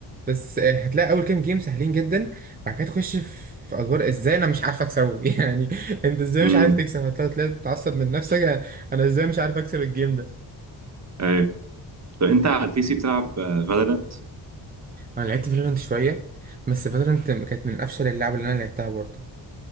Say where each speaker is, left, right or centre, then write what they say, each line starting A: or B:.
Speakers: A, on the right; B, on the right.
A: بس هتلاقي أول كام جيم سهلين جدا بعد كده تخش في أدوار إزاي أنا مش عارف أكسبه <laughs> يعني أنت إزاي
B: ايوه
A: مش عارف تكسب هتلاقي تلاقي بتتعصب من نفسك
B: <laughs>
A: أنا أنا إزاي مش عارف أكسب الجيم ده
B: ايوه طب انت على البي سي بتلعب فالورانت
A: أنا لعبت فالورانت شوية بس فالورانت كانت من أفشل اللعب اللي أنا لعبتها برضه